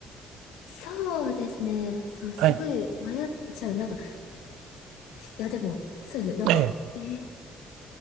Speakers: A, on the left; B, on the right.
A: そうですね。そう、すごい迷っちゃう。
B: はい。
A: なんか、いや、でも、そうですね。なんか、
B: ええ。
A: えー